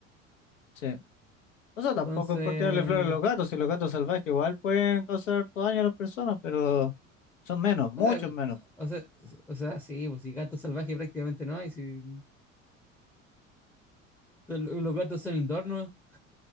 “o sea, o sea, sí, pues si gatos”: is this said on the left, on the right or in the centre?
Centre